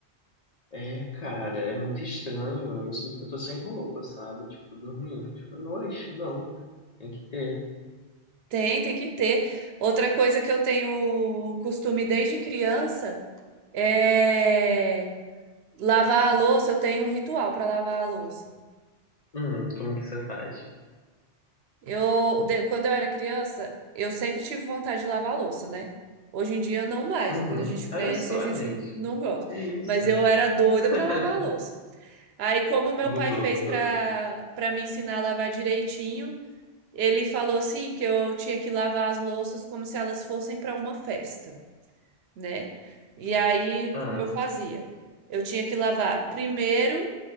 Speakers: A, on the left; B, on the right.
A: É, cara, é muito estranho, eu me sinto que eu tô sem roupa, sabe? Tipo, dormindo, fico, tipo, noite, não, tem que ter.
B: Tem, tem que ter. Outra coisa que eu tenho costume desde criança é lavar a louça. Eu tenho um ritual pra lavar a louça.
A: Hum, como que você faz?
B: Eu, de- quando eu era criança, eu sempre tive vontade de lavar a louça, né? Hoje em dia, não mais.
A: Uhum.
B: né? Quando a gente cresce,
A: Olha só,
B: a gente
A: gente.
B: não gosta.
A: Que isso?
B: Mas eu era doida
A: <laughs>
B: pra lavar a louça. Aí, como meu
A: Mudou,
B: pai fez
A: mudou.
B: pra para me ensinar a lavar direitinho, ele falou assim que eu tinha que lavar as louças como se elas fossem pra uma festa, né? E aí,
A: Ah,
B: como eu fazia? Eu tinha que lavar primeiro